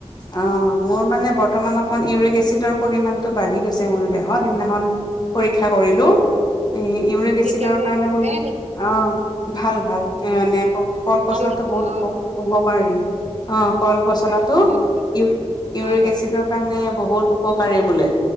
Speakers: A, on the left; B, on the right.
A: অ', মোৰ মানে বৰ্তমান অকমান ইউৰিক এচিডৰ পৰিমানটো বাঢ়ি গৈছে মোৰ দেহত সেইদিনাখন, পৰীক্ষা কৰি লো উম, ইউৰিক
B: সেইকাৰণে
A: এচিডৰ কাৰণে <unintelligible>
B: বেয়া নেকি?
A: অ', ভাল ভাল এনে অ', কল পচলাতো
B: ভাল নেকি?
A: বহুত
B: অ',
A: উপ
B: অ',
A: কাৰী অ', কল পচলাটো
B: অ', অ',
A: ইউৰি-ইউৰিক
B: হয়, হয়,
A: এচিডৰ কাৰণে বহুত উপকাৰী বোলে,